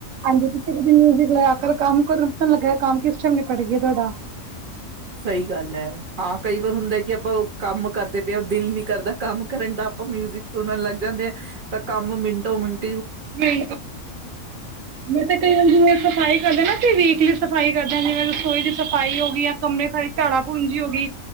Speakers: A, on the right (about 75°); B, on the right (about 55°).
A: ਹਾਂਜੀ ਤੁਸੀਂ ਕ ਮ ਲ ਕਰ ਕੰਮ ਪ ਲੱਗਾ ਕੰਮ ਕਿਸ ਟਾਈਮ ਪੜਗੀਆ ਤੁਹਾਡਾ।
B: ਸਹੀ ਗੱਲ ਹੈ। ਹਾਂ ਕਈ ਵਾਰ ਹੁੰਦਾ ਕਿ ਆਪਾਂ। ਕੰਮ ਕਰਦੇ ਪਏ ਉਹ ਦਿਲ ਨੀ। ਕਰਦਾ ਕੰਮ ਕਰਨ ਦਾ ਆਪਾਂ ਮਿਊਜਿਕ ਸੁਣਨ ਲੱਗ ਜਾਂਦੇ ਆ। ਤਾਂ ਕੰਮ ਮਿੰਟੋ ਮਿੰਟੀ।
A: ਮੈਂ ਤੇ ਕਈ ਵਾਰ ਜਿਵੇਂ ਸਫ਼ਾਈ ਕਰ ਦੇਣਾ ਹਾਂ ਨਾ ਵੀਕਲੀ। ਸਫ਼ਾਈ ਕਰਦੇ ਹਾਂ। ਜਿਵੇਂ ਰਸੋਈ ਦੀ ਸਫਾਈ ਹੋ ਗਈ ਹੈ। ਜਾਂ ਕਮਰੇ ਸਾਈਡ ਝਾੜਾ ਪੂੰਜੀ ਹੋ ਗਈ।